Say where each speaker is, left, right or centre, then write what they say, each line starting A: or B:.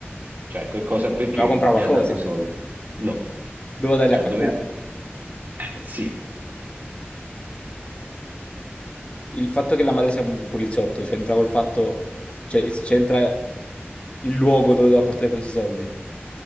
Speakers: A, on the right (about 45°); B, on the left (about 30°).
A: cioè, che cosa, perché
B: Doveva comprare
A: gli
B: qualcosa,
A: ha dato i soldi? No,
B: doveva darli
A: cioè,
B: a qualcuno.
A: doveva, eh, sì,
B: Il fatto che la madre sia un poliziotto c'entra col fatto, cioè c'entra il luogo dove doveva portare questi soldi.